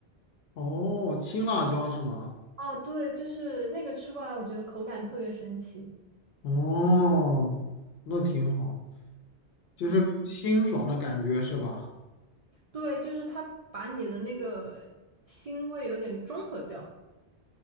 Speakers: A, on the left; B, on the right.
A: 哦，青辣椒是吗？
B: 哦，对，就是那个吃过来，我觉得口感特别神奇。
A: 哦，
B: 嗯
A: 那挺好。就是清爽的感觉是吧？
B: 嗯，嗯对，就是它把你的那个腥味有点中和掉了，